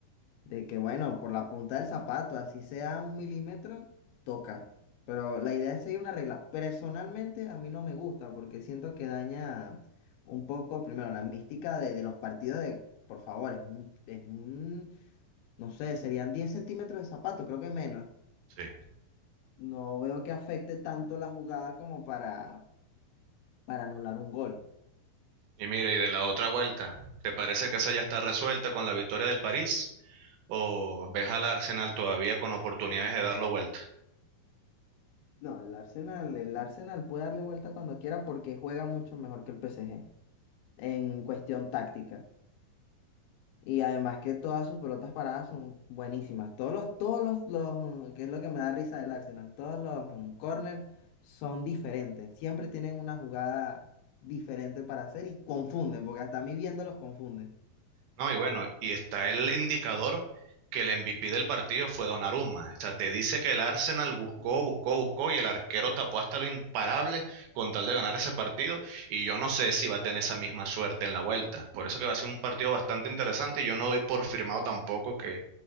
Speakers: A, on the left (about 85°); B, on the right (about 80°).
A: de que bueno, por la punta del zapato, así sea un milímetro, toca. Pero la idea es seguir una regla. Personalmente a mí no me gusta porque siento que daña un poco, primero, la mística de, de los partidos de, por favor, es un, es un, no sé, serían 10 centímetros de zapato, creo que menos.
B: Sí.
A: No veo que afecte tanto la jugada como para, para anular un gol.
B: Y mira, y de la otra vuelta, ¿te parece que esa ya está resuelta con la victoria del París? ¿O ves al Arsenal todavía con oportunidades de darlo vuelta?
A: No, el Arsenal, el Arsenal puede darle vuelta cuando quiera porque juega mucho mejor que el PSG en cuestión táctica. Y además que todas sus pelotas paradas son buenísimas. Todos los, todos los, los, mm, que es lo que me da risa del Arsenal, todos los mm, corners son diferentes. Siempre tienen una jugada diferente para hacer y confunden, porque hasta a mí viéndolos confunden.
B: No, y bueno, y está el indicador que el MVP del partido fue Donnarumma. O sea, te dice que el Arsenal buscó, buscó, buscó y el arquero tapó hasta lo imparable con tal de ganar ese partido. Y yo no sé si va a tener esa misma suerte en la vuelta. Por eso que va a ser un partido bastante interesante y yo no doy por firmado tampoco que,